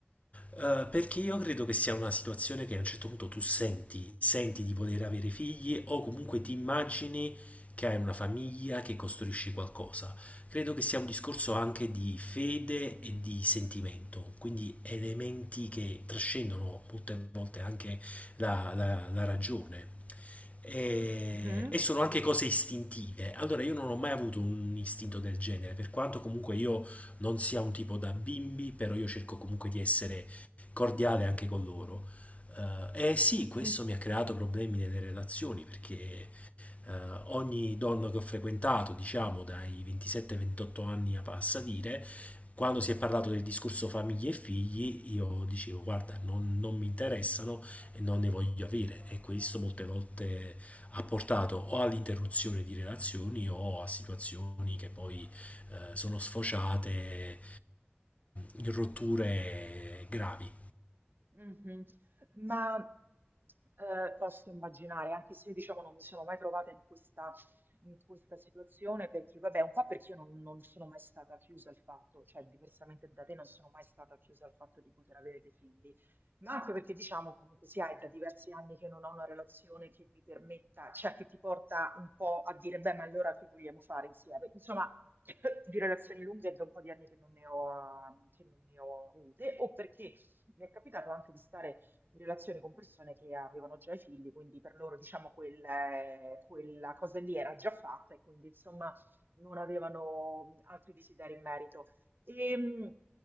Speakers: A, on the left; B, on the right.
A: Eh, perché io credo che sia una situazione che a un certo punto tu senti, senti di poter avere figli o comunque ti immagini che hai una famiglia, che costruisci qualcosa. Credo che sia un discorso anche di fede e di sentimento, quindi elementi che trascendono molte volte anche la, la- la ragione. E,
B: Mhm.
A: e sono anche cose istintive. Allora, io non ho mai avuto un istinto del genere, per quanto comunque io non sia un tipo da bimbi, però io cerco comunque di essere cordiale anche con loro. Eh, e
B: <laughs>
A: sì, questo mi ha creato problemi nelle relazioni perché eh, ogni donna che ho frequentato, diciamo dai 27-28 anni a passadire, quando si è parlato del discorso famiglie e figli, io dicevo guarda, non, non mi interessano e non ne voglio avere e questo molte volte ha portato o all'interruzione di relazioni o a situazioni che poi eh, sono sfociate eh, in rotture gravi.
B: Mhm. Ma eh, posso immaginare, anche se diciamo non mi sono mai trovata in questa, in questa situazione, perché vabbè, un po' perché io non, non sono mai stata chiusa al fatto, cioè diversamente da te non sono mai stata chiusa al fatto di poter avere dei figli, ma anche perché diciamo comunque sia, è da diversi anni che non ho una relazione che mi permetta, cioè che ti porta un po' a dire, beh, ma allora che vogliamo fare insieme? Insomma, <coughs> <laughs> di relazioni lunghe è da un po' di anni che non ne ho, che non ne ho avute, o perché mi è capitato anche di stare in relazione con persone che avevano già i figli, quindi per loro, diciamo, quel, eh, quella cosa lì era già fatta e quindi, insomma, non avevano mh, altri desideri in merito. E, mh,